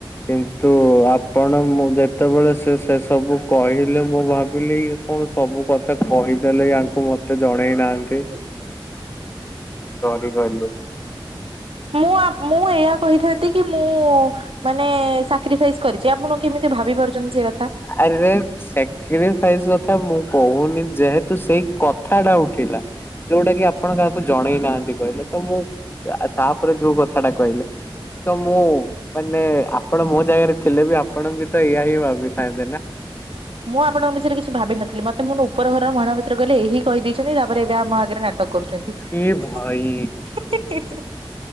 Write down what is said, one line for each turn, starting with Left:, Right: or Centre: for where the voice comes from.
Left: କିନ୍ତୁ ଆପଣ ମୁଁ ଯେତେବେଳେ ସେ ସେ ସବୁ କହିଲେ ମୁଁ ଭାବିଲି କି। କଣ ସବୁ କଥା କହିଦେଲେ ୟାଙ୍କୁ ମତେ ଜଣେଇନାହାନ୍ତି।
Right: ବଞ୍ଚ
Left: ସରି କହିଲୁ।
Right: ମୁଁ ମୁଁ ଏହା କହିଥାନ୍ତି କି ମୁଁ ମାନେ ସାକ୍ରିଫାଇସ୍ କରିଛି ଆପଣ କେମିତି ଭାବି ପାରୁଛନ୍ତି ସେ କଥା।
Left: ଆରେରେ ସେକ୍ରିଫାଇସ କଥା ମୁଁ କହୁନି ଯେହେତୁ ସେଇ କଥା ଟା ଉଠିଲା। ଯୋଉଟା କି ଆପଣ କାହାକୁ ଜଣେଇ ନାହାନ୍ତି କହିଲେ ତ ମୁଁ ତାପରେ ଯୋଉ କଥାଟା କହିଲେ ତ ମୁଁ ମାନେ ଆପଣ ମୋ ଜାଗାରେ ଥିଲେ ବି ଆପଣ ବି ତ ଇଆ ହିଁ ଭାବି <unintelligible> ନା
Right: <inaudible> ମୁଁ ଆପଣଙ୍କ ବିଷୟରେ କିଛି ଭାବିିନଥିଲି ମତେ ମୁଁ ଉପର ଘରମହିଳା ମିତ୍ର କହିଲେ ଏହି କହିଦେଇଛନ୍ତି ତାପରେ ଏବେ ଆମ ଆଗରେ ନା ଟକ କରୁଛନ୍ତି।
Left: ଏ
Right: <unintelligible>
Left: ଭାଇ